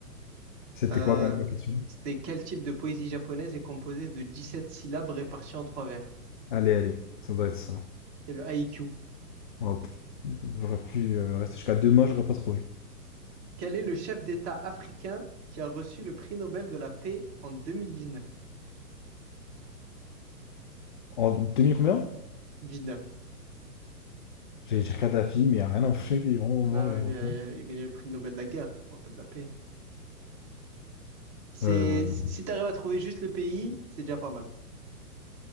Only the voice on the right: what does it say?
Euh,
c'était quel type de poésie japonaise est composée de 17 syllabes réparties en trois vers?
C'est le haïku.
Quel est le chef d'État africain qui a reçu le prix Nobel de la paix en 2019?
dix-neuf.
Bah Alors,
il
a, il a- il a gagné le prix Nobel de la guerre, on va pas de la paix. C'est,
si si t'arrives à trouver juste le pays, c'est déjà pas mal.